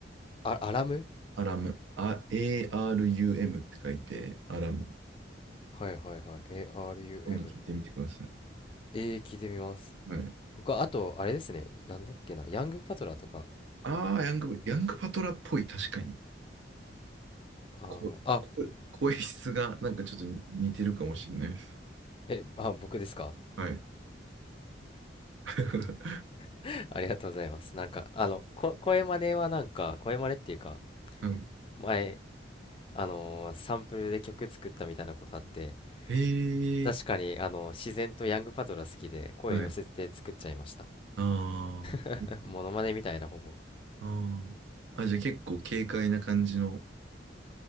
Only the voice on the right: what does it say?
アラム、あ、ARUM って書いて、アラム。
今度聞いてみてください。
はい。
ああ、ヤング、ヤングパトラっぽい、確かに。
こ、
こ声質がなんかちょっと似てるかもしれないです。
はい。<laughs>
うん
へえ、
はい。あーえ
あー。あ、じゃあ結構軽快な感じの、